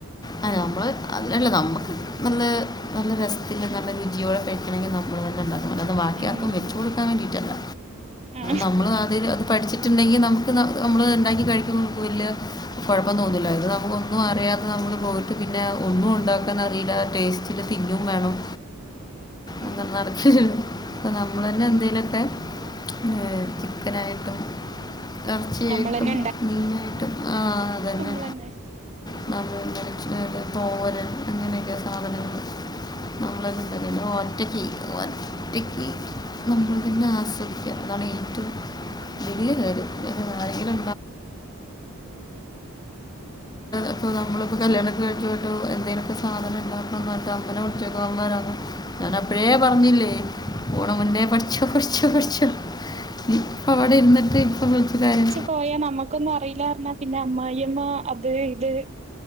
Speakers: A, on the left; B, on the right.
A: ആ ഞമ്മള് അതല്ല നമ്മള് അതില്ല നമുക്ക് നല്ല നല്ല രസത്തില് നല്ലരു രുചിയോടെ കഴിക്കണമെങ്കിൽ നമ്മ ത് ബാക്കിയാർക്കും
B: ഉം
A: വെച്ചു കൊടുക്കാൻ വേണ്ടിയിട്ടല്ല
B: ആ
A: നമ്മള്തി പഠിച്ചിട്ടുണ്ടെങ്കി നമുക്ക് ന നമ്മള് ഉണ്ടാക്കി കഴിക്കിമ്പോ ഒന്നുല്ല കൊഴപ്പംതോന്നില്ലാരുന്ന് ഇത് നമ്മക്ക് ഒന്നും അറിയാതെ നമുക്ക് പോയിട്ട് പിന്നെ ഒന്നും ഉണ്ടാക്കാന്നറിയില്ല ടേസ്റ്റില് തിന്നും വേണം.
B: ഉം
A: അപ്പൊ പറച്ചില് നമ്മള്ന്നെ എന്തെലുമൊക്കെ പിന്നെ ചിക്കനായിട്ടും എറച്ചിയായിട്ടും
B: നമ്മളന്നെ
A: മീനായിട്ടും ആ അതന്നെ
B: തന്നെ
A: <unintelligible> തോരൻ അങ്ങനെയൊക്കെ സാധനങ്ങൾ നമ്മളൊക്കെ തന്നെ എന്നാ ഓറ്റക്ക് എ ഒറ്റക്ക് നമ്മളന്നെ ആസ്വദിക്ക അതാണ് ഏറ്റവും വലിയകാര്യംഇപ്പൊ ആരെങ്കിലും അപ്പ നമ്മളിപ്പോ കല്യാണംകഴിച്ച് വിട്ടു എന്തെലുക്കെ സാധനംണ്ടാക്കൻകാലത്ത് അമ്മേനെവിളിച്ചക്കോ ഞാൻ അപ്പഴേ പറഞ്ഞില്ലേ ഓണമുന്നേ പഠിച്ചോ പഠിച്ചോ പഠി ച്ചോ ഇപ്പ അവിടെ ഇര്ന്നിട്ട് ഇപ്പൊ വിളിച്ച്തരുന്ന
B: പോയെ നമ്മക്കൊന്നും അറിയില്ലാന്ന് പറഞ്ഞാ പിന്നെ അമ്മായിമ്മ അത് ഇത്